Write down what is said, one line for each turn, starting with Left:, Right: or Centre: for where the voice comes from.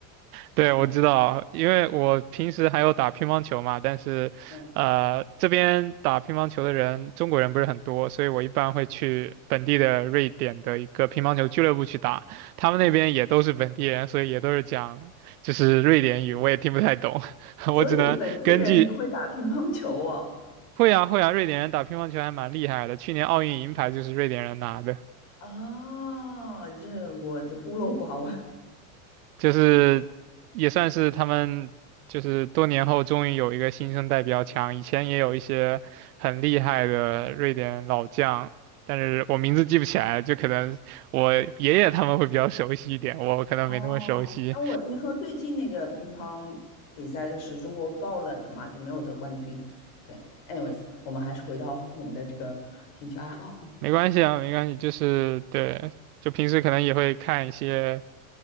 Right: 对，
Left: 对，
Right: 我知道，因为我平时还有打乒乓球嘛，但是呃，
Left: 嗯，
Right: 这边打乒乓球的人，中国人不是很多，所以我一般会去本地的瑞典的一个乒乓球俱乐部去打，他们那边也都是本地人，所以也都是讲就是瑞典语，我也听不太懂，<laughs>
Left: 所以本地人也会打乒乓球哦。
Right: 我只能根据会啊会啊，瑞典人打乒乓球还蛮厉害的，去年奥运银牌就是瑞典人拿的，
Left: 哦，这我的孤陋寡闻。
Right: 就是也算是他们就是多年后终于有一个新生代比较强，以前也有一些很厉害的瑞典老将，但是我名字记不起来，就可能我爷爷他们会比较熟悉一点，我可能没那么熟悉，
Left: 哦，那我听说最近那个乒乓比赛就是中国爆冷了嘛，就没有得冠军。对，anyways，我们还是回到我们的这个兴趣爱好。
Right: 没关系啊，没关系，就是对，就平时可能也会看一些